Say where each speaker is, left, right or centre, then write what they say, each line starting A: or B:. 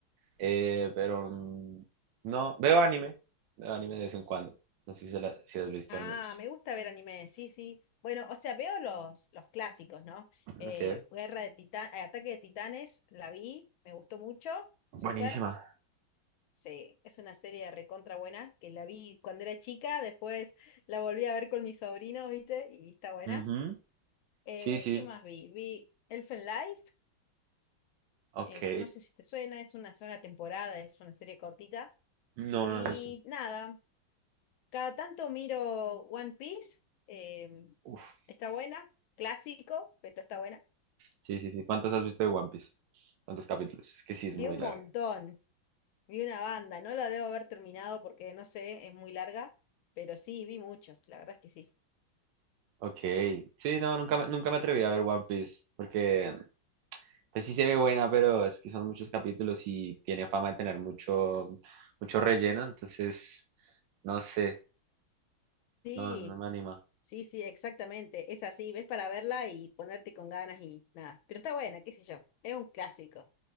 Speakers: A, on the right (about 75°); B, on the left (about 80°).
A: Eh, pero mm, no, veo anime. Veo anime de vez en cuando. No sé si, la- si has visto
B: Ah,
A: algunos.
B: me gusta ver anime, sí, sí. Bueno, o sea, veo los, los clásicos, ¿no? Eh,
A: Ok.
B: Guerra de Titanes, Ataque de Titanes, la vi, me gustó mucho,
A: Buenísima.
B: súper. Sí, es una serie recontra buena que la vi cuando era chica, después la volví a ver con mis sobrinos, ¿viste? Y está buena.
A: Ujú.
B: Eh,
A: Sí, sí.
B: ¿qué más vi? Vi Elfen Life,
A: Ok.
B: eh, no sé si te suena, es una sola temporada, es una serie cortita.
A: No,
B: Y
A: no he visto.
B: nada, cada tanto miro One Piece, eh,
A: Uf.
B: está buena, clásico, pero está buena.
A: Sí, sí, sí. ¿Cuántos has visto de One Piece? ¿Cuántos capítulos? Es que sí es muy
B: Vi un
A: larga.
B: montón, vi una banda, no la debo haber terminado porque no sé, es muy larga, pero sí, vi muchos, la verdad es que sí.
A: Ok. Sí, no, nunca, me- nunca me atreví a ver One Piece porque Pues sí se ve buena, pero es que son muchos capítulos y tiene fama de tener mucho, mucho relleno, entonces no sé,
B: Sí.
A: no, no me anima.
B: Sí, sí, exactamente. Es así, ves para verla y ponerte con ganas y nada. Pero está buena, qué sé yo. Es un clásico.